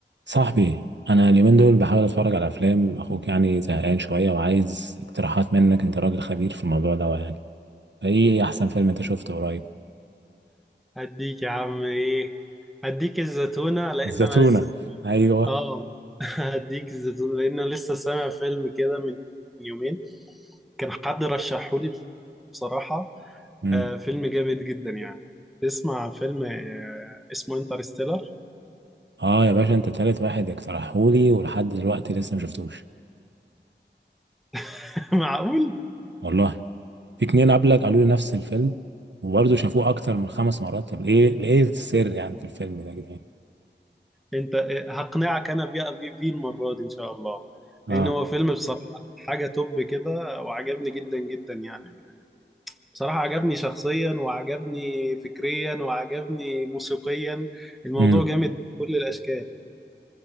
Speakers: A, on the right; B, in the centre.
A: صاحبي انا اليومين دول بحاول اتفرج على افلام اخوك يعني زهقان شويه وعايز اقتراحات منك انت راجل خبير في الموضوع ده يعني ايه احسن فيلم انت شفته قريب
B: هديك يا عم ايه هديك الزتونة لان
A: الزتونة
B: انا لسه سامع
A: ايوه
B: اه <laughs> هديك الزتونة لان انا لسه سامع فيلم كده من يومين كان حد رشحهولي بصراحة
A: امم
B: آه فيلم جامد جدا يعني تسمع فيلم آه اسمه انترستيلر
A: اه يا باشا انت تالت واحد اقترحهولي ولحد دلوقتي لسه ما شفتوش
B: <laughs> معقول
A: والله في اتنين قبلك قالوا لي نفس الفيلم وبرضه شافوه اكتر من خمس مرات طب ايه ايه السر يعني في الفيلم ده يا جدعان
B: انت آه، هقنعك انا بيه بيه بيه المرة دي ان شاء الله
A: اه
B: لان هو فيلم بصراحة حاجة توب كده وعجبني جدا جدا يعني بصراحة عجبني شخصيا وعجبني فكريا وعجبني موسيقيا الموضوع
A: امم
B: جامد بكل الأشكال